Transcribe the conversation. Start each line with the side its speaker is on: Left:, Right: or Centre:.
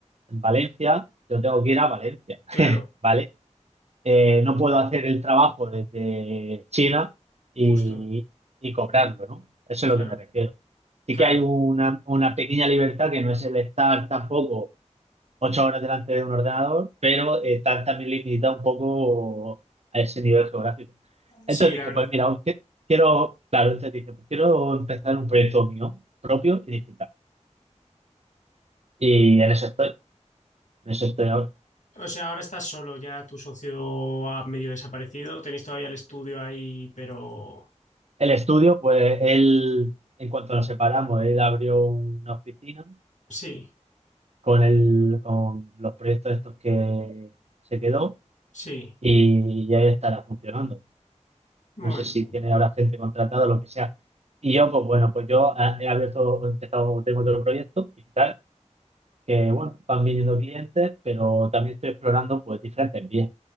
Right: en Valencia, yo tengo que ir a Valencia,
Left: Claro,
Right: ¿vale? Eh, no puedo hacer el trabajo desde China y,
Left: justo,
Right: y cobrarlo, ¿no? Eso
Left: claro,
Right: es lo que me refiero. Sí
Left: claro.
Right: que hay una, una pequeña libertad que no es el estar tampoco ocho horas delante de un ordenador, pero eh, está también limitada un poco a ese nivel geográfico. Entonces
Left: Sí, la
Right: dije,
Left: verdad.
Right: pues mira, que- quiero, claro, entonces dije, pues quiero empezar un proyecto mío propio y digital. Y en eso estoy, en eso estoy ahora.
Left: O sea, ahora estás solo, ya tu socio ha medio desaparecido, tenéis todavía el estudio ahí, pero
Right: El estudio, pues él, en cuanto nos separamos, él abrió una oficina
Left: sí,
Right: con, el, con los proyectos estos que se quedó
Left: sí.
Right: y ya estará funcionando.
Left: Bueno,
Right: No sé si tiene ahora gente contratada o lo que sea. Y yo, pues bueno, pues yo ah, he abierto, he empezado, tengo otro proyecto digital, que bueno, van viniendo clientes, pero también estoy explorando pues diferentes vías.